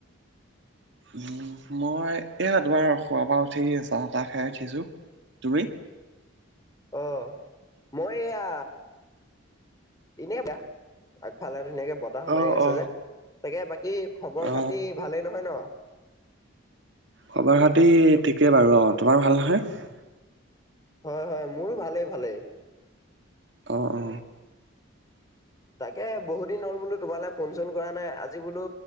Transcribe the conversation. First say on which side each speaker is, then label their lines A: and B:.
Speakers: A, on the right; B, on the left.
A: উ মই এয়া দুবাৰ খোৱাাবা উঠি চাহ তাহ খাই উঠিছো তুমি
B: আহ মই এয়া এনে বয়াফালে আৰুকে বতাহ মাৰি
A: অ
B: আছে
A: অ
B: যে তাকে বাকী খবৰ
A: অ
B: খাতি ভালেই নহয় ন
A: খবৰ খতি ঠিকেই বাৰু অ তোমাৰ ভাল নহয়
B: হয় হয় মোৰো ভালেই ভালেই
A: অ অ
B: তাকে বহু দিন হল বোলো তোমালে ফোন চোন কৰা নাই আজি বোলো